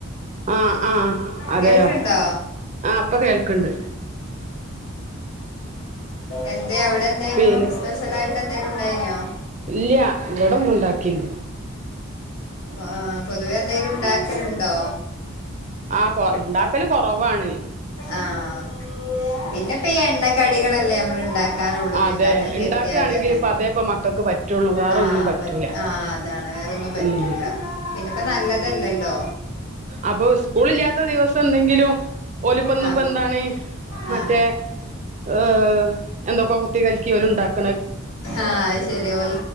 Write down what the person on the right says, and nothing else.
ആഹ ആഹ അതെയോ
ആഹ അപ്പൊ കേൾക്കണ്ട്
പിന്നെ
ഇല്ല ഇവിടൊന്നും ഉണ്ടാക്കില്ല
ആഹ കൊ ഉണ്ടാക്കല്ും കുറവാണ്
അതെ
ഉണ്ടാക്കുകയാണെങ്കിൽ
ഇപ്പ അതേപ്പ മക്കൾക്ക് പറ്റുള്ളൂ വേറൊന്നും
പറ്റൂല
ഉം
അപ്പൊ സ്കൂൾ ഇല്ലാത്ത ദിവസം എന്തെങ്കിലുംല ഇപ്പിന്നിപ്പെന്താണ്
മറ്റേ ഓ ഒ എന്തൊക്കോ കുത്തി കൽക്കി ഓലുണ്ടാക്